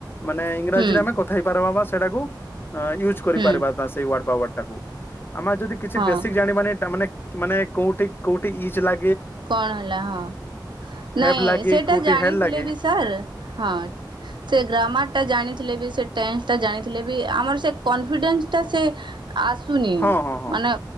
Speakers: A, on the left; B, on the right.
A: ମାନେ ଇଂରାଜୀରେ
B: ହୁଁ
A: ଆମେ କଥା ହେଇ ପାରବା ବା ସେଟାକୁ ଅ ୟୁଜ୍ କରିପାରିବା
B: ହୁଁ
A: ସେଇ ୱାର୍ଡ଼ ପା ତାକୁ ଆମେ ଯଦି କିଛି
B: ହଁ
A: ବେେଶିକ ଜାଣିବାନି ମାନେ ମାନେ କଟି କଟି ଇ ଜିଲଲା
B: କଣ ହେଲା ହଁ
A: ହେବ୍
B: ନାଇଁ
A: ଲାଗେ
B: ସେଟା
A: କୋଉଠି
B: ଜାଣିଥିଲେ
A: ହେଡ୍ ଲାଗେ
B: ବି ସାର୍ ହଁ ସେ ଗ୍ରାମ ସେଟା ଜାଣିଥିଲେ ବି ସେ ଟନ୍ସ ଟା ଜାଣିଥିଲେ ବି ଆମର ସେ କନଫିଡେନ୍ସ ଟା ସେ ଆସୁନି
A: ହଁ ହଁ ହଁ
B: ମାନେ